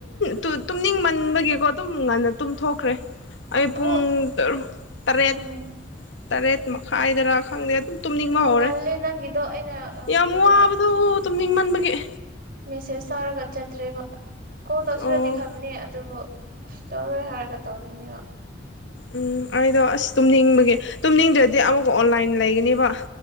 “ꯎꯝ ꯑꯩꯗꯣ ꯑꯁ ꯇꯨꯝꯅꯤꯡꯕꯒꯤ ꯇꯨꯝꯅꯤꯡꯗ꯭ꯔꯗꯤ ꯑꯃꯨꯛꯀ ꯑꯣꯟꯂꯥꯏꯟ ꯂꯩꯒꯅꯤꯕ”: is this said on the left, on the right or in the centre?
Left